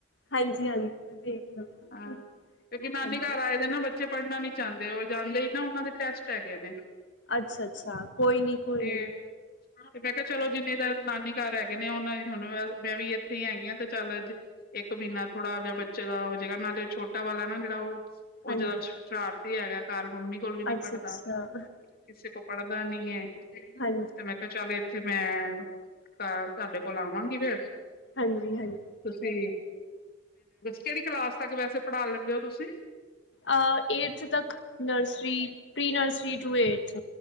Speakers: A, on the left; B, on the left.
A: ਹਾਂਜੀ ਹਾਂਜੀ ਮ ਦੇਖ ਲਵ
B: ਹਾਂ ਕਿਉਂਕਿ ਨਾਨੀ
A: ਹਜੀ
B: ਘਰ ਆਏ ਦੇ ਨਾ ਬੱਚੇ ਪੜ੍ਹਨਾ ਨੀ ਚਾਹੁੰਦੇ ਜਾਂਦੇ ਹੀ ਨਾ ਉਹਨਾਂ ਦੇ ਟੈਸਟ ਹੈਗੇ ਨੇ
A: ਅੱਛਾ ਅੱਛਾ ਕੋਈ ਨੀ ਕੋਈ
B: ਤੇ
A: ਨੀ
B: ਤੇ ਮੈਂ ਕਿਹਾ ਚਲੋ ਜਿੰਨੇ ਨਾਨੀ ਘਰ ਹੈਗੇ ਨੇ ਉਹ ਹੁਣ ਮੈਂ ਵੀ ਇੱਥੇ ਹੀ ਹੈਗੀ ਹਾਂ ਤੇ ਚੱਲ ਇੱਕ ਮਹੀਨਾ ਥੋੜਾ ਜਿਹਾ ਬੱਚੇ ਦਾ ਹੋ ਜਾੇਗਾ ਨਾਲੇ ਉਹ ਛੋਟਾ ਵਾਲਾ ਨਾ ਜਿਹੜਾ ਉਹ ਉਹ
A: ਹਾਂਜੀ
B: ਜਦਾ ਸ਼ਾਰਤੀ ਹੈਗਾ ਘਰ ਮੰਮੀ ਕੋਲ ਵੀ ਨਹੀਂ
A: ਅੱਛਾ
B: ਪੜ੍ਹਦਾ
A: ਅੱਛਾ
B: ਕਿਸੇ ਕੋਲ ਪੜ੍ਹਦਾ ਨਹੀਂ <inaudible> ਬਸ
A: ਹਾਂਜੀ
B: ਮੈਂ ਕਿਹਾ ਚਲ ਫਿਰ ਮੈਂ ਸਾਡੇ ਕੋਲ ਆਵਾਂਗੀ ਫੇਰ
A: ਹਾਂਜੀ ਹਾਂਜੀ
B: ਤੁਸੀਂ ਕਿਹੜੀ ਕਲਾਸ ਤੱਕ ਵੈਸੇ ਪੜ੍ਹਾ ਲੈਂਦੇ ਹੋ ਤੁਸੀਂ
A: ਅ ਏਟਥ ਤੱਕ nursery pre nursery to eighth